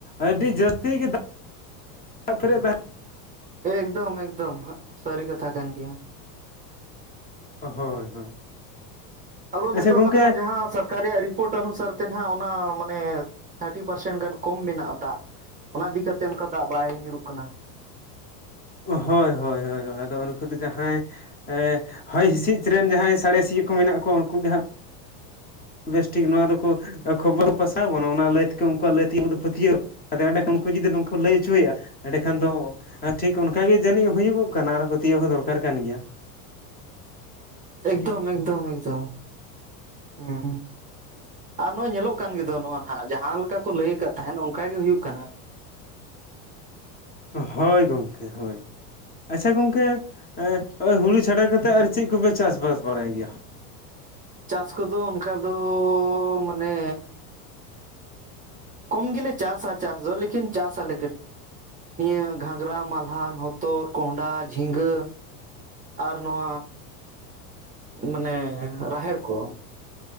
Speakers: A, on the left; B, on the right.
A: ᱟᱹᱰᱤ ᱡᱟᱹᱥᱛᱤ ᱜᱮᱼᱼ ᱯᱷᱨᱮᱫ ᱛᱟᱦᱮᱱᱼᱼ
B: ᱮᱠᱫᱚᱢ ᱮᱠᱫᱚᱢ ᱦᱟᱜ ᱥᱟᱹᱨᱤ ᱠᱟᱛᱷᱟ ᱠᱟᱱ ᱜᱮᱭᱟ᱾
A: ᱦᱳᱭ ᱦᱳᱭ᱾
B: ᱟᱵᱚ ᱫᱚ
A: ᱟᱪᱪᱷᱟ
B: ᱱᱤᱛᱚᱜ
A: ᱜᱚᱝᱠᱮ
B: ᱫᱚ ᱱᱟᱦᱟᱜ ᱡᱟᱦᱟᱸᱥᱟᱨᱼᱼ ᱨᱮᱭᱟᱜ ᱨᱤᱯᱳᱨᱴ ᱚᱱᱩᱥᱟᱨ ᱛᱮ ᱦᱟᱜ ᱚᱱᱟ ᱢᱟᱱᱮ ᱛᱷᱟᱨᱴᱤ ᱯᱟᱨᱥᱮᱱ ᱜᱟᱱ ᱠᱚᱢ ᱢᱮᱱᱟᱜᱼᱟ ᱫᱟᱜ᱾ ᱚᱱᱟ ᱤᱫᱤ ᱠᱟᱛᱮᱫ ᱚᱱᱠᱟ ᱫᱟᱜ ᱵᱟᱭ ᱧᱩᱨᱩᱜ ᱠᱟᱱᱟ᱾
A: ᱦᱳᱭ ᱦᱳᱭ ᱦᱳᱭ, ᱟᱫᱚ ᱩᱱᱠᱩ ᱫᱚ ᱡᱟᱦᱟᱸᱭᱼᱼ ᱮᱸ ᱦᱚᱭ ᱦᱤᱸᱥᱤᱫ ᱨᱮᱱ ᱡᱟᱦᱟᱸᱭ ᱥᱟᱬᱮᱥᱤᱭᱟᱹ ᱠᱚ ᱢᱮᱱᱟᱜ ᱠᱚᱣᱟ, ᱩᱱᱠᱩ ᱜᱮ ᱦᱟᱸᱜᱼᱼ ᱵᱮᱥᱴᱷᱤᱠ ᱱᱚᱣᱟ ᱫᱚᱠᱚ ᱠᱷᱚᱵᱚᱨ ᱠᱚ ᱯᱟᱥᱟᱣ ᱟᱵᱚᱱᱟ ᱚᱱᱟ ᱞᱟᱹᱭ ᱛᱮᱜᱮ ᱩᱱᱠᱩᱣᱟᱜ ᱞᱟᱹᱭ ᱛᱮ ᱟᱵᱚ ᱫᱚ ᱯᱟᱹᱛᱭᱟᱹᱣᱼᱼ ᱟᱫᱚ ᱮᱸᱰᱮ ᱠᱷᱚᱱ ᱩᱱᱠᱩ ᱡᱩᱫᱤ ᱩᱱᱠᱩ ᱞᱟᱹᱭ ᱦᱚᱪᱚᱭᱮᱜᱼᱟ, ᱮᱸᱰᱮᱠᱷᱟᱱ ᱫᱚᱼᱼ ᱟᱨ ᱴᱷᱤᱠ ᱚᱱᱠᱟ ᱜᱮ ᱡᱟᱹᱱᱤᱡ ᱦᱩᱭᱩᱜᱚᱜ ᱠᱟᱱᱟ ᱟᱨ ᱯᱟᱹᱛᱭᱟᱹᱣ ᱦᱚᱸ ᱫᱚᱨᱠᱟᱨ ᱠᱟᱱ ᱜᱮᱭᱟ᱾
B: ᱮᱠᱫᱚᱢ ᱮᱠᱫᱚᱢ ᱮᱠᱫᱚᱢ ᱦᱩᱸ᱾ ᱟᱨ ᱱᱚᱜᱼᱚᱭ ᱧᱮᱞᱚᱜ ᱠᱟᱱ ᱜᱮᱫᱚ ᱱᱚᱣᱟ ᱱᱟᱦᱟᱜ ᱡᱟᱦᱟᱸ ᱞᱮᱠᱟ ᱠᱚ ᱞᱟᱹᱭ ᱟᱠᱟᱫ ᱛᱟᱦᱮᱸᱫ ᱚᱱᱠᱟ ᱜᱮ ᱦᱩᱭᱩᱜ ᱠᱟᱱᱟ᱾
A: ᱦᱳᱭ ᱜᱚᱝᱠᱮ ᱦᱳᱭ᱾ ᱟᱪᱪᱷᱟ ᱜᱚᱝᱠᱮ ᱮᱸ ᱦᱚᱜᱼᱚᱭ ᱦᱩᱲᱩ ᱪᱷᱟᱰᱟ ᱠᱟᱛᱮᱫ ᱟᱨ ᱪᱮᱫ ᱠᱚᱯᱮ ᱪᱟᱥᱵᱟᱥ ᱵᱟᱲᱟᱭ ᱜᱮᱭᱟ?
B: ᱪᱟᱥ ᱠᱚᱫᱚ ᱚᱱᱠᱟ ᱫᱚ ᱢᱟᱱᱮᱼᱼ ᱠᱚᱢ ᱜᱮᱞᱮ ᱪᱟᱥᱟ ᱪᱟᱥ ᱫᱚ, ᱞᱮᱠᱤᱱ ᱪᱟᱥ ᱟᱞᱮᱼᱼ ᱱᱤᱭᱟᱹ ᱜᱷᱟᱝᱜᱽᱨᱟ ᱢᱟᱞᱦᱟᱱ ᱦᱚᱛᱚᱫ ᱠᱚᱸᱰᱷᱟ ᱡᱷᱤᱸᱜᱟᱹ ᱟᱨ ᱱᱚᱣᱟ ᱢᱟᱱᱮ ᱨᱟᱦᱮᱲ ᱠᱚ